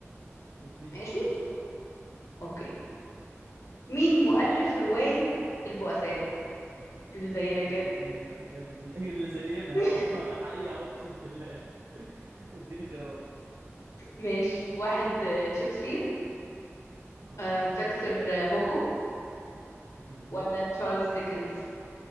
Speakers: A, on the right (about 60°); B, on the left (about 80°).
A: اديني
B: ماشي
A: في السؤال الصعب
B: اوكي مين مؤلف روايه البؤساء اللي زينا كده
A: يا دي النيلة يا دي النيلة <laughs> هي اللي زينا
B: <laughs>
A: اهو <laughs> ده حقيقة اقسم بالله <laughs> اديني خيارات
B: ماشي واحد آه، شكسبير
A: اه
B: آه، فيكتور آه، هوجو
A: مهم.
B: ولا تشارلز ديكنز